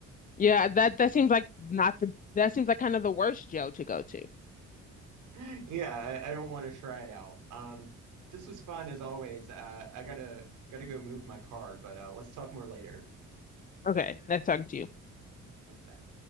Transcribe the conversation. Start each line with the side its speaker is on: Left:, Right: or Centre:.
Left: Yeah, that that seems like not the that seems like kind of the worst jail to go to.
Right: <laughs> Yeah, I, I don't want to try it out. Um, this was fun as always. Uh, I gotta gotta go move my car, but uh, let's talk more later.
Left: Okay, nice talking to you.
Right: Bye.